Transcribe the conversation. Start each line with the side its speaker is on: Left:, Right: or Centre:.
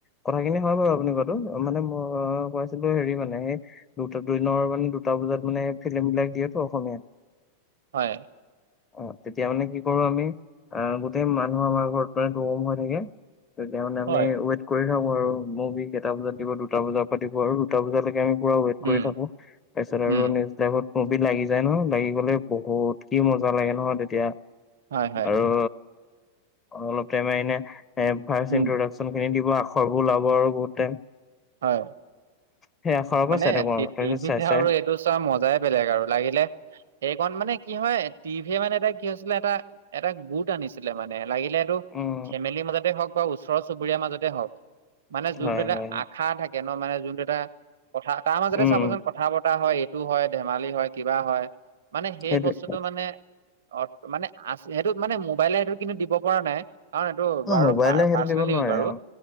Left: কথাখিনি হয় বাৰু আপুনি কৌৱাটো। মানে ম মই কৈ আছিলোঁ হেৰি মানে দুটা দু-দিনৰ মানে দুটা বজাত মানে ফিল্মবিলাক দিয়েতো অসমীয়াত।
Right: হয়।
Left: অ' তেতিয়া মানে কি কৰো আমি আহ, গোটেই মানুহ আমাৰ ঘৰত মানে দম হৈ থাকে তেতিয়া মানে
Right: হয়
Left: আমি ৱেট কৰি থাকোঁ আৰু মুভি কেইটা বজাত দিব, দুটা বজাৰ পা দিব আৰু দুটা বজালৈকে তেতিয়া আমি পোৰা ৱেইট কৰি
Right: উম
Left: থাকোঁ। তাৰপিছত আৰু
Right: উম
Left: নিউজ লাইভত মুভি লাগি যায় নহয়, লাগি গ'লে বহুত কি মজা লাগে নহয় তেতিয়া।
Right: হয় হয়
Left: আৰু, অলপ টাইম এনে এ, ফাষ্ট
Right: উম
Left: এণ্টোৰডাকচ খিনি দিব, আখৰবোৰ ওলাব আৰু বহুত টাইম।
Right: হয়।
Left: সেই আখৰৰ পৰা
Right: মানে
Left: চাই থাকো আৰু তাৰপিছত
Right: টিভিতে
Left: চাই চাই
Right: আৰু এইটো চাৱা মজাই বেলেগ আৰু লাগিলে সেইকণ মানে কি হয়, টিভিয়ে মানে এটা কি হৈছিলে এটা এটা গোট আনিছিল ছিলে মানে, লাগিলে এইটো
Left: উম
Right: ফেমিলিৰ মাজতে হওক বা ওচৰৰ চুবুৰীয়াৰ মাজতে হওক। মানে যোনটো
Left: হয়
Right: এটা
Left: হয়
Right: আশা থাকে ন' মানে যোনটো এটা কথা তাৰ মাজতে
Left: উম
Right: চাবচোন কথা বতা হয়, এইটো হয়, ধেমালি হয়, কিবা হয়, মানে সেই
Left: সেইটোৱে
Right: বস্তুটো মানে অ' মানে আছ সেইটো মানে মোবাইলে সেইটো কিন্তু দিব পৰা নাই। কাৰণ এইটো বাৰু
Left: মোবাইলে
Right: পা-পাৰ্চনেল
Left: সেইটো দিব নোৱাৰে
Right: ইউজ বাৰু।
Left: আৰু